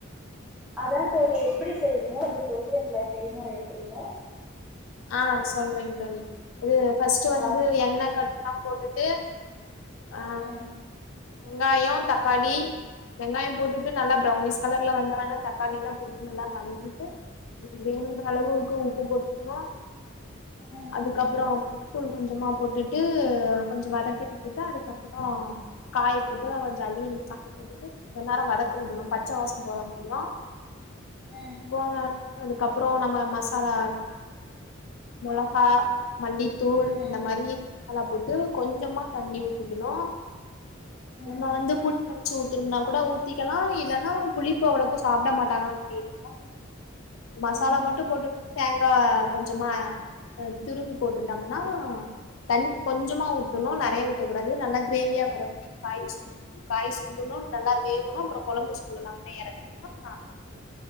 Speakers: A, in the centre; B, on the left.
A: அதா தோழி எப்புடி செய்வீங்க அதா சொல்றீங்களா செய்முறை எப்புடின்னு
B: ஆ சொல்றேங் தோழி இது ஃபர்ஸ்ட் வந்து
A: ஆ
B: எண்ணெய் கடு எல்லா போட்டுட்டு ஆ
A: ம்
B: வெங்காயே தக்காளி வெங்காயம் போட்டுட்டு நல்லா ப்பௌனிஷ் கலர்ல வந்தவன்னா தக்காளி எல்லா போட்டு நல்லா வதக்கிட்டு இது வேணுங்கிற அளவுக்கு
A: ம்
B: உப்பு போட்டுகணு
A: ம்
B: அதுக்கப்புறே ச கொஞ்சமா போட்டுட்டு கொஞ்சம் வதக்கி வடுத்துட்டு அதுக்கப்புறம் காய போட்டு கொஞ்ச அள்ளி சாக்குல போட்டுட்டு கொஞ்ச நேர வதக்க விடணு பச்சை வாசம் போற முடியு
A: ம்
B: போனனா அதுக்கப்புறே நம்ம மசாலா அதுல்லா மிளகா மல்லித்தூள்
A: ம்
B: இந்த மாறி எல்லா போட்டு கொஞ்சமா தண்ணி ஊத்திகணு
A: ஆ
B: நம்ம வந்து புளி கரைச்சு ஊத்தறோம்னா கூட ஊத்திக்கலா இல்லைன்னா புளிப்போ அவ்வளோப்போ சாப்புட மாட்டாங்க அப்புடின் மசாலா
A: ம்
B: மட்டும் போட்டு தேங்காய் கொஞ் சமா துருவி போட்டு பண்ணுனா தண்ணி கொஞ்சமா ஊதுணு நெறைய ஊத்தக்கூடாது நல்லா கிரேவியா வர வரைக்கு காய் சுண்டனு காய் சுண்டனு நல்லா வேவணு அப்றம் கொழம்பு சுண்டணு உடனே ஏறக்குனா